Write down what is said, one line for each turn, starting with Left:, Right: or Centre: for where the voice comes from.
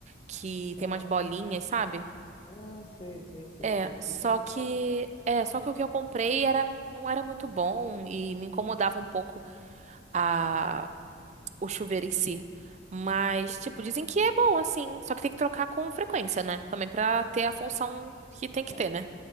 Right: que
Left: Aham.
Right: tem umas bolinhas, sabe?
Left: Ah, sei, sei, sei,
Right: É,
Left: sei. Isso
Right: só
Left: tá na
Right: que
Left: moda.
Right: é, só que o que eu comprei era não era muito bom e me incomodava um pouco a o chuveiro em si. Mas, tipo, dizem que é bom assim, só que tem que trocar com frequência, né? Também pra ter a função que tem que
Left: É,
Right: ter, né?